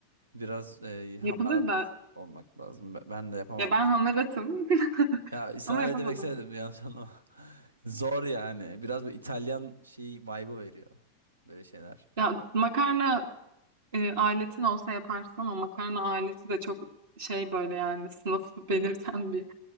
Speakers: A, on the right; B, on the right.
A: biraz e, hamarat
B: Yapılır da
A: olmak lazım. Be- Ben de yapamam.
B: ya ben
A: işte.
B: hamaratım. <laughs>
A: Ya sana
B: Ama
A: öyle
B: yapamadım.
A: demek istemedim yanlış anlama. Zor yani. Biraz bir İtalyan şey vibe'ı veriyor. Böyle şeyler.
B: Ya makarna e, aletin olsa yaparsın ama makarna aleti de çok şey böyle yani sınıf belirten bir